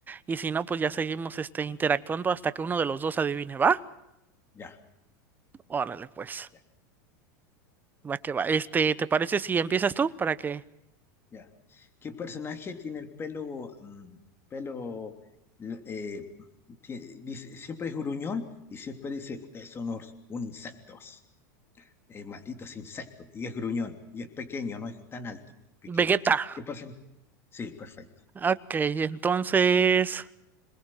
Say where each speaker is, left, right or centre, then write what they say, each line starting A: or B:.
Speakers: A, on the right; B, on the left.
A: Y si no, pues ya
B: Ya,
A: seguimos este interactuando hasta que uno de los dos adivine, ¿va?
B: ya,
A: Órale, pues.
B: ya,
A: Va que va. Este, ¿te parece si empiezas tú para que
B: ya. ¿Qué personaje tiene el pelo, mm, pelo, l- eh, ti- dice, siempre es gruñón y siempre dice, ustedes son los, un insectos, eh, malditos insectos, y es gruñón, y es pequeño, no es tan alto, pequeño.
A: Vegeta.
B: ¿Qué personaje? Sí, perfecto.
A: Ok, entonces,